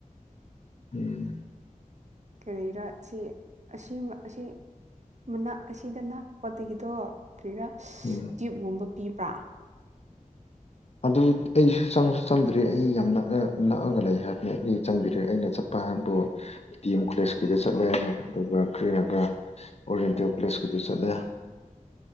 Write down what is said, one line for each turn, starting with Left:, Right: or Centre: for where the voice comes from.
Left: ꯎꯝ꯫
Right: ꯀꯔꯤꯔꯥ ꯁꯤ ꯑꯁꯤ ꯑꯁꯤ꯫ ꯃꯅꯥꯛ ꯑꯁꯤꯗ ꯅꯛꯄꯗꯒꯤꯗꯣ ꯀꯔꯤꯔ
Left: ꯎꯝ
Right: ꯇ꯭ꯌꯨꯕꯒꯨꯝꯕ ꯄꯤꯕ꯭ꯔꯥ꯫
Left: ꯑꯗꯨ ꯑꯩꯁꯨ ꯆꯪꯗ꯭꯭ꯔꯤ ꯑꯩ ꯌꯥꯝ ꯅꯛꯑ ꯅꯛꯑꯒ ꯂꯩ ꯍꯥꯏꯕꯅꯦ ꯑꯩ ꯆꯪꯗ꯭ꯔꯦ ꯑꯩꯅ ꯆꯄ ꯄꯥ ꯍꯥꯏꯕꯤ ꯇꯤ ꯑꯦꯝ ꯀꯣꯂꯦꯖꯀꯤꯗ ꯆꯠꯂꯦ ꯑꯗꯨꯒ ꯀ꯭ꯔꯤ ꯍꯥꯏꯕꯔ ꯑꯣꯔꯦꯟꯇꯦꯜ ꯀꯣꯂꯦꯖꯀꯤ ꯆꯠꯂꯦ꯫